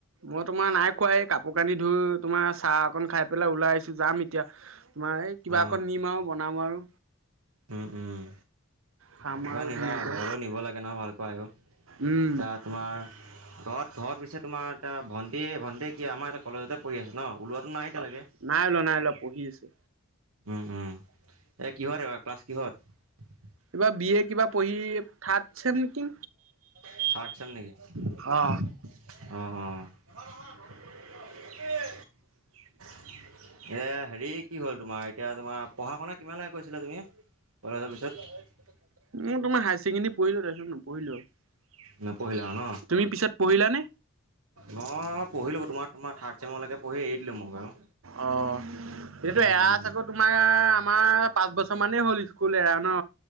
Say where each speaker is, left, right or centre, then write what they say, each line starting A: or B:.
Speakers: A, on the right (about 70°); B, on the right (about 90°).
A: মই তোমাৰ নাই খোৱা এই কাপোৰ কানি ধুই তোমাৰ চাহ অকন খাই পেলাই ওলাই আহিছো যাম এতিয়া তোমাৰ এই কিবা
B: অ
A: অকণ নিম আৰু বনাম আৰু।
B: উম, উম।
A: খাম
B: এ
A: আৰু
B: নিবা
A: ধুনীয়াকৈ
B: ঘৰলেও নিব লাগে নহয় ভালপোৱা এইবোৰ।
A: উম
B: আ তোমাৰ ঘৰত-ঘৰত পিছে তোমাৰ এটা ভণ্টি-ভণ্টিয়ে কি আমাৰ এটা কলেজতে পঢ়ি আছে ন?। ওলোৱাটো নাই এতিয়ালৈকে
A: অ, নাই ওলোৱা নাই ওলোৱা পঢ়ি আছে।
B: উম, উম। এ কিহত এইবাৰ ক্লাছ কিহত?।
A: কিবা বি এ কিবা পঢ়ি থাৰ্ড চেম নেকিং।
B: <inaudible> থাৰ্ড চেম
A: অ
B: নেকি <inaudible> অ', অ' <inaudible>
A: <inaudible>
B: এ হেৰি কি হ'ল তোমাৰ এতিয়া তোমাৰ পঢ়া শুনা কিমানলেকে কৰিছিলা তুমি?। কলেজৰ পিছত।
A: মই তোমাৰ হায়াৰ ছেকেণ্ডেৰী পঢ়িলো তাৰপিছত নপঢ়িলো।
B: নপঢ়িলা আৰু ন
A: তুমি পিছত পঢ়িলা নে?।
B: মই পঢ়িলো তোমাৰ-তোমাৰ থাৰ্ড চেমলেকে পঢ়ি এৰি দিলো মই বাৰু।
A: অ', এইটো
B: উম
A: এৰা
B: উম
A: চাগৌ তোমাৰ মাৰ পাঁচ বছৰ মানেই হ'ল স্কুল এৰা ন।